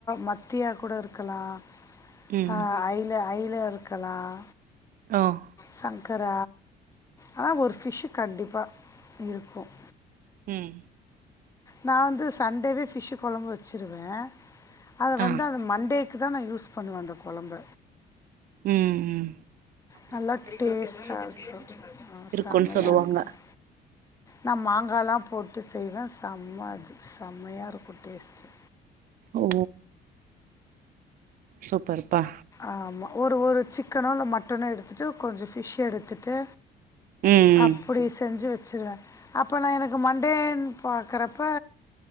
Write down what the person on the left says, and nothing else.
மத்தியா கூட இருக்கலாம்
ஆஹ் ஆயில அயில இருக்கலாம்
சன் சங்கர ஆனா ஒரு ஃபிஷ் கண்டிப்பா இருக்கும்
நான் வந்து சண்டேவே ஃபிஷு குழம்பு வச்சிருவேன் அது வந்து
அது மண்டேக்கு துக்கு தான் நான் யூஸ் பண்ணுவேன் அந்த கொலம்ப
நல்லா டேஸ்ட்டா இருக்கும்
செம்மையா
இருக்கும் நான் மாங்காலாம் போட்டு செய்வேன் செம்ம அது செம்மயா இருக்கும் டேஸ்ட்டு
ஆமா ஒரு ஒரு சிக்கனோ இல்ல மட்டணோ எடுத்துட்டு கொஞ்சம் ஃபிஷ் எடுத்துட்டு
அப்படி செஞ்சு வச் வச்சுருவேன் அப்போ நான் எனக்கு மண்டேன்னு பார்க்கறப்ப